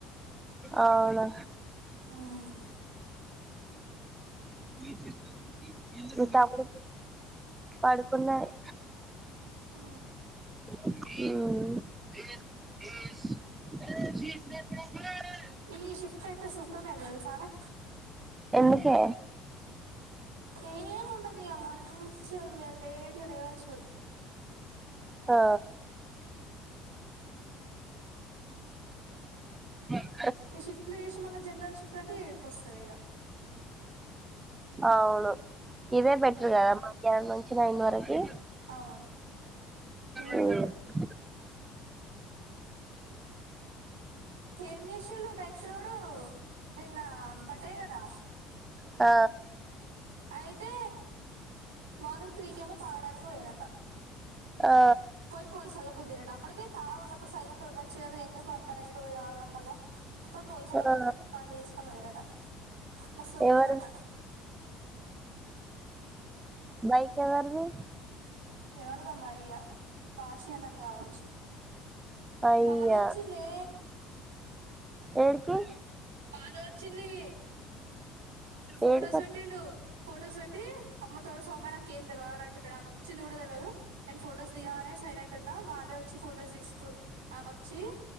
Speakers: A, on the right; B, on the right.
A: అవునా
B: ఉమ్
A: వి జిస్ <unintelligible> మీ తమ్ముడు పడుకున్నది.
B: ఆ
A: ఉమ్
B: ఈ షిఫ్ట్ అయితే సుఖమ తెల్సారా
A: ఎందుకే
B: ఏం ఉండదు ఇక మంచిగా లేటుగా లేవచ్చు.
A: ఆ <unintelligible> <unintelligible>
B: ఈ షిఫ్ట్ లో చేసి మళ్ళ జనరల్ షిఫ్ట్ అంట ఏడిపోస్త సరే ఇగ
A: అవును. ఇదే బెటర్ కదా మధ్యాహ్నం నుంచి. నైన్ వరకి,
B: అవును ఫుల్
A: ఉమ్
B: బెటర్
A: ఉమ్
B: ఏం చేసిండు బిత్రోడు నిన్న బర్డే కదా.
A: ఆ
B: అయితే మార్నింగ్ త్రీకేమో తాగడానికి. పోయిర
A: ఆ
B: పోయి పోలీసోలకి గుద్దిరాట అప్పడికే, తాగి ఉన్నప్పుడు సైలెంట్ ఉండొచ్చు కాదా ఎందుకు అంత నైట్ పోయి తాగడం మళ్ళ. పోయి పోలిసోలకి
A: ఆ
B: గుద్దితే బండి తీస్కొని పోయిరట. మస్తు కొట్టిరాట.
A: ఎవరిది బైక్ ఎవరిది.
B: ఎవరిదో మరి ఇగా బాచి అన్నది కావచ్చు
A: అయ్యా
B: బాను వచ్చిందే.
A: ఎడ్కి
B: బాను ఒచ్చింది. ఫొటోస్
A: ఏడికి
B: పెట్టిండు ఫొటోస్ పెట్టి అమ్మ తోడు సౌమ్య నాకేం తెల్వాలంటే ప్రడమ్యూట్ వచ్చింది కూడా తెలవద నేను ఫొటోస్ దిగానే సైలెంట్ ఉన్నా వాళ్ళే వచ్చి ఫొటోస్ తీసుకురు ఆమె వచ్చి